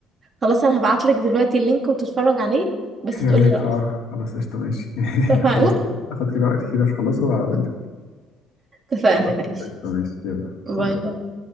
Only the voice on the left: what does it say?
يا
ريت
اه خلاص قشطة ماشي <laughs>
خلاص كده اخد كده وقتي كده في خلاص واقول لك
خلاص
قشطة ماشي يلا
باي